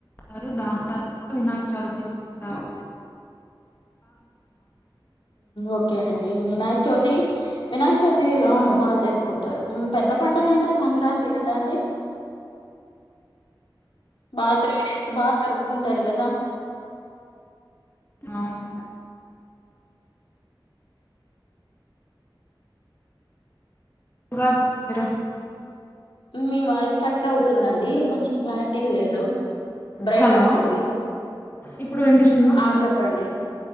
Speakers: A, on the left; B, on the left.
A: దాని తర్వాత వినాయక చవితి చేస్తారు
B: ఒకే అండి వినాయకచౌతి వినాయక చవితి అవును బాగా చేసుకుంటారు పెద్ద పండుగ అంటే సంక్రాంతి <unintelligible> బాగా త్రీ డేస్ బాగా జరుపుకుంటారు కదా
A: అవును ఉగాది <unintelligible>
B: మీ వాయిస్ కట్ అవుతుందండి కొంచెం క్లారిటీ గా లేదు బ్రేక్
A: హలో
B: అవుతుంది
A: ఇప్పుడు వినిపిస్తుంద
B: ఆ! చెప్పండి.